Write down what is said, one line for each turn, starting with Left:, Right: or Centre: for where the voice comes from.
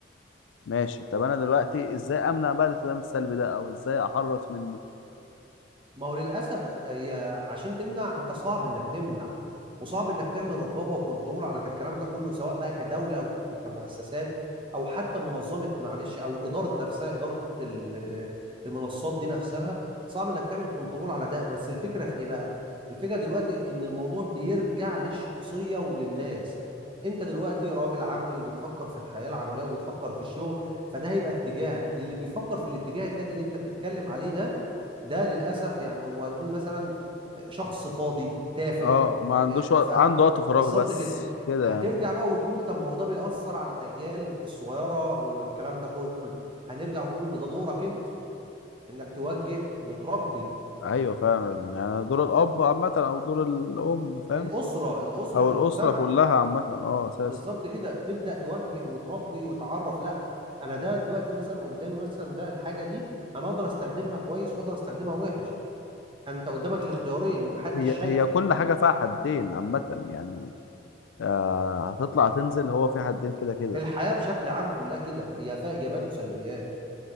Left: ماشي طب انا دلوقتي ازاي امنع بقى الالتزام السلبي ده او ازاي احرص منه
Right: ما هو للاسف آه، هي عشان تمنع انت صعب انك تمنع وصعب انك تعمل رقابه وكنترول على الكلام ده كله سواء بقى كدوله او كمؤسسات او حتى منظمه معلش او اداره نفسها اداره ال- آه، المنصات دي نفسها صعب انك تعمل كنترول على ده بس الفكره في ايه بقى؟ الفكره دلوقتي ان الموضوع بيرجع للشخصيه وللناس انت دلوقتي راجل عملي وبتفكر في الحياه العمليه وبتفكر في الشغل فده هيبقى اتجاهك اللي بيفكر في الاتجاه التاني اللي انت بتتكلم عليه ده ده للاسف يعني هو هنقول مثلا آه، شخص فاضي تافه
Left: اه ما عندوش
Right: آه،
Left: وقت
Right: ف
Left: عنده وقت فراغ
Right: بالظبط
Left: بس
Right: كده
Left: كده
Right: هترجع
Left: يعني.
Right: بقى وتقول طب ما هو ده بيأثر على الأجيال الصغيرة والكلام ده كله هنرجع ونقول إن ده دورك أنت إنك توجه وتربي
Left: ايوه فعلا يعني دور الاب عامه او دور الام فاهم
Right: الأسرة الأسرة
Left: او
Right: والمجتمع
Left: الاسره كلها عامه اه اساسا
Right: بالظبط كده تبدأ توجه وتربي وتعرف لا أنا ده دلوقتي مثلا قدامي مثلا ده الحاجة دي أنا أقدر أستخدمها كويس وأقدر أستخدمها وحش أنت قدامك الاختيارين ومحدش
Left: هي
Right: شايفك
Left: هي كل حاجه فيها حدين عامه يعني آه هتطلع تنزل هو في حدين كده كده
Right: الحياة بشكل عام كلها كده هي فيها إيجابيات وسلبيات